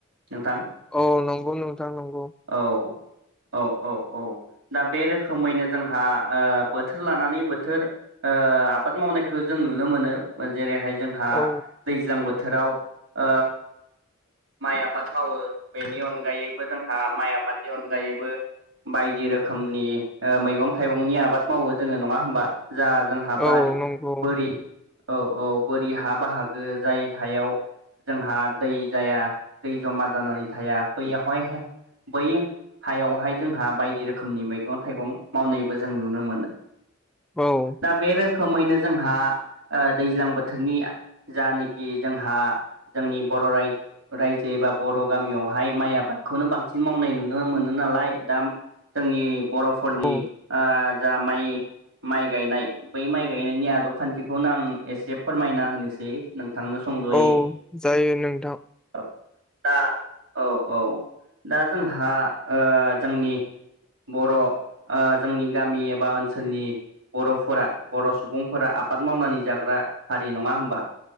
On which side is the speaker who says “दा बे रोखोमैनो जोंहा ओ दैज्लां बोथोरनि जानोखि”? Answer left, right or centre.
Right